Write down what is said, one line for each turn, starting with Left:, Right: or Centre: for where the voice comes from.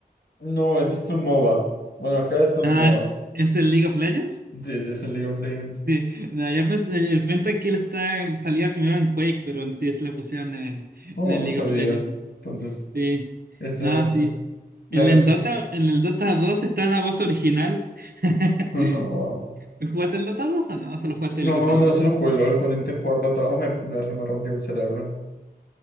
Left: No, ese es un MOBA. Bueno, acá es un
Right: Ah,
Left: MOBA.
Right: ¿es, es el League of Legends?
Left: Sí, sí, es un League of Legends.
Right: Sí, no, yo pensé, el el Pentakill está, salía primero en Quake, pero en sí se lo pusieron en,
Left: Oh,
Right: en el
Left: no
Right: League
Left: sabía.
Right: of Legends.
Left: Entonces,
Right: Sí.
Left: esa
Right: No,
Left: es
Right: sí.
Left: la
Right: En
Left: respuesta.
Right: el Dota, en el Dota dos está la voz original. <laughs>
Left: <laughs> Wow.
Right: ¿Jugaste el Dota dos o no? ¿O solo jugaste
Left: No,
Right: League of Legends?
Left: no se lo jugué LOL. Cuando intenté jugar Dota 2 me, me, se me rompió el cerebro.